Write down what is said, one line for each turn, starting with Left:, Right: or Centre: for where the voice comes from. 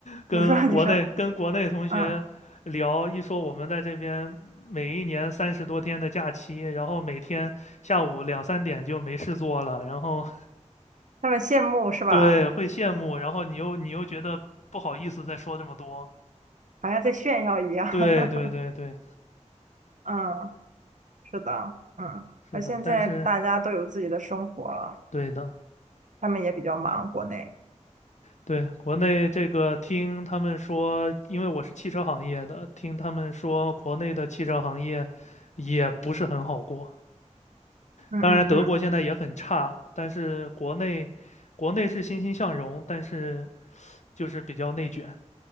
Left: 跟国内跟国内同学聊，
Right: 你说 <laughs> 你说，嗯，
Left: 一说我们在这边每一年三十多天的假期，然后每天下午两三点就没事做了，然后
Right: 他们羡慕是吧？
Left: 对，会羡慕，然后你又你又觉得不好意思再说这么多。
Right: 好像在炫耀一样。<laughs>
Left: 对对对对，
Right: 嗯，是的，嗯。
Left: 是的，
Right: 而现在大家都有自己的生活了。
Left: 但是对的，
Right: 他们也比较忙，国内。
Left: 对，国内这个听他们说，因为我是汽车行业的，听他们说国内的汽车行业也不是很好过。
Right: 嗯嗯嗯
Left: 当然，德国现在也很差，但是国内国内是欣欣向荣，但是就是比较内卷。